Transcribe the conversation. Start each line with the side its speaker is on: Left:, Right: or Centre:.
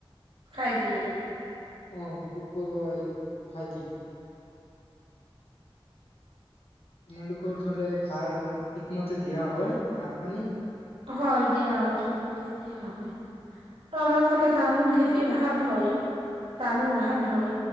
Right: খাই দিয়ে।
Left: উম, পোক-পৰুৱাই খাই দিয়ে। তোমালোকৰ ফালে খাৰ ঠিকমতে দিয়া হয়, খাৰ-পানী?
Right: হয়, দিয়া হয়, থিকেমতেই দিয়া হয়। আৰু আমাৰ ফালে ধান খেতি ভাল হয়, ধানো ভাল হয়।